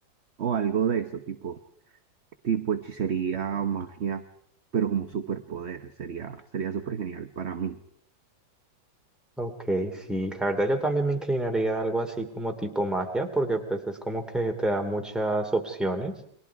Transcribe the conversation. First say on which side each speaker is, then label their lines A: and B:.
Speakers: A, on the right; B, in the centre.
A: o- algo de eso, tipo, tipo hechicería, magia, pero como superpoder, sería, sería súper genial para mí.
B: Ok, sí, la verdad yo también me inclinaría a algo así como tipo magia, porque pues es como que te da muchas opciones,